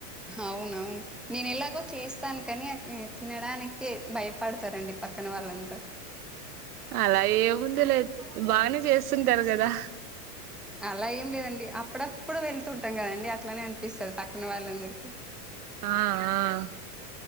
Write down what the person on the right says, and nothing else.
అలా అయ్యదు ముందు లేద్ బాగానే చేస్తుంటారు కదా
అ ఆ ఆ